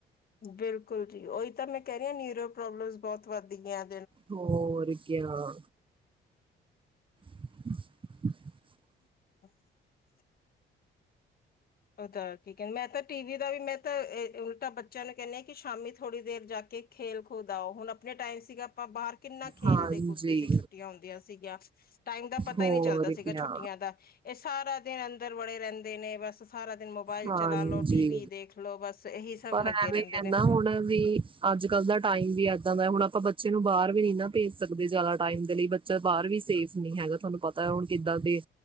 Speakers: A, on the left (about 50°); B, on the right (about 25°).
A: ਬਿਲਕੁਲ ਜੀ ਉਹੀ ਤਾਂ ਮੈਂ ਕਹਿ ਰਹੀ ਹਾਂ ਨਿਊਰੋ ਪ੍ਰੋਬਲਮਸ ਬਹੁਤ ਵੱਦਗੀਆਂ।
B: ਹੋਰ ਕਿਆ। <inaudible>
A: <inaudible> ਉਹਦਾ ਕੀ ਕਹਿੰਦੇ ਮੈਂ ਤਾਂ ਟੀ ਵੀ ਦਾ ਵੀ ਮੈਂ ਤਾਂ ਉਲਟਾ ਬੱਚਾ ਬੱਚਿਆਂ ਨੂੰ ਕਹਿੰਦੇ ਹਾਂ ਕਿ ਸ਼ਾਮੀ ਥੋੜੀ ਦੇਰ ਜਾ ਕੇ ਖੇਲ ਕੂਦ ਆਓ ਹੁਣ ਆਪਣੇ ਟਾਈਮ ਸੀਗਾ ਆਪਾਂ ਬਾਹਰ ਕਿੰਨਾ ਖੇਲਦੇ
B: ਹਾਂਜੀ
A: ਕੁਦਦੇ ਸੀ ਛੁੱਟੀਆਂ ਹੁੰਦੀਆਂ ਸੀਗੀਆਂ, ਟਾਈਮ ਦਾ ਪਤਾ
B: ਹੋਰ
A: ਹੀ ਨਹੀਂ ਚੱਲਦਾ ਸੀਗਾ
B: ਕਿਆ
A: ਛੁੱਟੀਆਂ ਦਾ ਇਹ ਸਾਰਾ ਦਿਨ ਅੰਦਰ ਵੜੇ ਰਹਿੰਦੇ ਦੇ ਨੇ ਬਸ ਸਾਰਾ ਦਿਨ ਮੋਬਾਇਲ
B: ਹਾਂਜੀ
A: ਚਲਾ ਲੋ ਟੀ ਵੀ ਦੇਖ ਲੋ ਬਸ ਇਹੀ ਸਭ
B: ਪਰ
A: ਲੱਗੇ
B: ਐਵੇਂ
A: ਰਹਿੰਦੇ
B: ਹੈ
A: ਨੇ
B: ਨਾ ਹੁਣ ਵੀ ਅੱਜ ਕੱਲ ਦਾ ਟਾਈਮ ਵੀ ਏਦਾਂ ਦਾ ਹੁਣ ਆਪਾਂ ਬੱਚੇ ਨੂੰ ਬਾਹਰ ਵੀ ਨਹੀਂ ਨਾ ਭੇਜ ਸਕਦੇ ਜ਼ਿਆਦਾ ਟਾਈਮ ਦੇ ਲਈ ਬੱਚਾ ਬਾਹਰ ਵੀ ਸੇਫ ਨਹੀਂ ਹੈਗਾ ਤੁਹਾਨੂੰ ਪਤਾ ਹੁਣ। ਕਿੱਦਾਂ ਦੇ